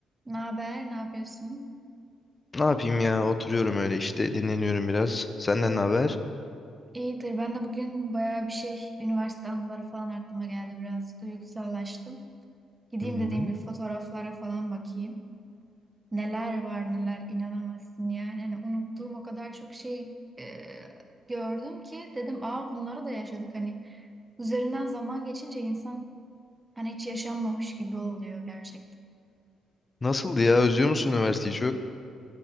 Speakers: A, on the right; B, on the left.
A: Ne haber? Ne yapıyorsun?
B: Ne yapayım ya? Oturuyorum öyle işte dinleniyorum biraz. Senden ne haber?
A: İyidir. Ben de bugün bayağı bir şey, üniversite anıları falan aklıma geldi biraz. Duygusallaştım. Gideyim
B: Hı hı.
A: dediğim bir fotoğraflara falan bakayım. Neler var neler inanamazsın yani. Hani unuttuğum o kadar çok şey e, gördüm ki dedim aa bunları da yaşadık hani. Üzerinden zaman geçince insan hani hiç yaşanmamış gibi oluyor gerçekten.
B: Nasıldı ya? Özlüyor musun üniversiteyi çok?